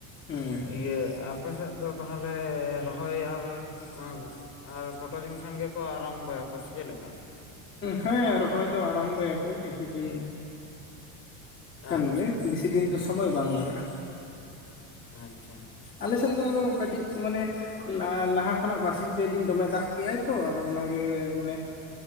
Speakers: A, on the left; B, on the left.
A: ᱦᱮᱸ
B: ᱤᱭᱟᱹ ᱟᱯ ᱟᱯᱮ ᱥᱮᱫ ᱫᱚ ᱛᱟᱦᱚᱞᱮ ᱨᱚᱦᱚᱭ ᱟᱨ ᱢᱟᱞ ᱟᱨ ᱜᱚᱴᱟ ᱫᱤᱱ ᱠᱷᱟᱱ ᱜᱮᱠᱚ ᱟᱨᱟᱢᱵᱚᱭᱟ ᱠᱚ ᱥᱮ ᱪᱮᱫ ᱞᱮᱠᱟ?
A: ᱦᱮᱸ ᱨᱚᱦᱚᱭ ᱫᱚ ᱟᱨᱚᱢᱵᱚᱭᱟᱠᱚ ᱠᱤᱪᱷᱩ ᱫᱤᱱ ᱠᱷᱟᱱ
B: ᱟᱪᱪᱷᱟ
A: ᱜᱮ ᱵᱮᱥᱤ ᱫᱤᱱ ᱫᱚ ᱥᱚᱢᱚᱭ ᱵᱟᱝ ᱞᱟᱜᱟᱼᱟ᱾
B: ᱟᱪᱪᱷᱟ
A: ᱟᱞᱮ ᱥᱮᱱ ᱫᱚ ᱟᱫᱚ ᱠᱟᱹᱴᱤᱡ ᱢᱟᱱᱮ ᱞᱟᱦᱟ ᱞᱟᱦᱟ ᱠᱷᱚᱱᱟᱜ ᱵᱟᱨᱥᱤᱧ ᱯᱮ ᱫᱤᱱ ᱫᱚᱢᱮ ᱫᱟᱜ ᱠᱮᱜ-ᱟᱭ ᱛᱚ ᱟᱫᱚ ᱚᱱᱟᱜᱮ ᱢᱟᱱᱮ